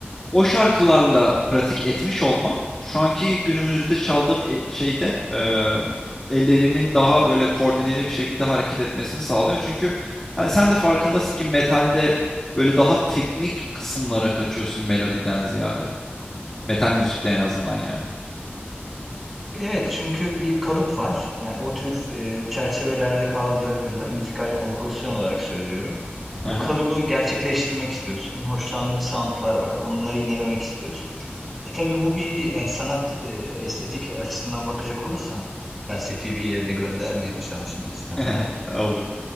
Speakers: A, on the left; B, in the centre.
A: o şarkılarla pratik etmiş olmam, şu anki günümüzde çaldığım e- şeyde eee, ellerimin daha böyle koordineli bir şekilde hareket etmesini sağlıyor. Çünkü hani sen de farkındasın ki metalde böyle daha teknik kısımlara kaçıyorsun melodiden ziyade. Metal müzikte en azından yani.
B: Evet çünkü bir kalıp var. Yani o tür e, çerçevelerde kaldığında müzikal kompozisyon olarak söylüyorum.
A: Aha.
B: O kalıbı gerçekleştirmek istiyorsun. Hoşlandığın soundlar var. Onları yinelemek istiyorsun. E tabii bu bir yani sanat e, estetik açısından bakacak olursan felsefi bir yere de gönderme yapacağım şimdi istemeden.
A: <laughs> Olur.